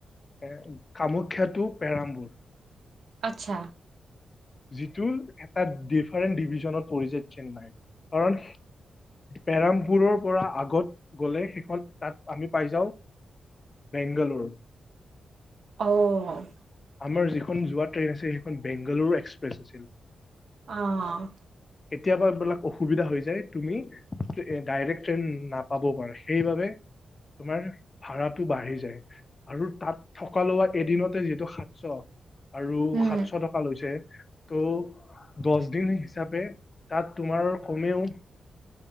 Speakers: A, on the left; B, on the right.
A: এ', কামাখ্যা টো পেৰামবুৰ
B: আচ্ছা।
A: যিটো এটা ডিফাৰেণ্ট ডিভিজনত পৰিছে। চেন্নাই কাৰণ পেৰামপুৰৰ পৰা আগত গ'লে সেইখন তাত আমি পাই যাওঁ বেংগালোৰ।
B: অ'হ
A: আমাৰ যিখন যোৱা ট্ৰেইন আছিল। সেইখন বেংগালুৰু এক্সপ্ৰেছ আছিল।
B: অহ',
A: কেতিয়াবা এইবিলাক অসুবিধা হৈ যায়। তুমি ডাইৰেক্ট ট্ৰেইন নাপাবও পাৰা। সেইবাবে তোমাৰ ভাড়াটো বাঢ়ি যায়। আৰু তাত থকা লোৱা এদিনতে যিহেতু সাতশ। আৰু
B: উম
A: সাতশ টকা লৈছে। ত', দহ দিন হিচাপে তাত তোমাৰ কমেও।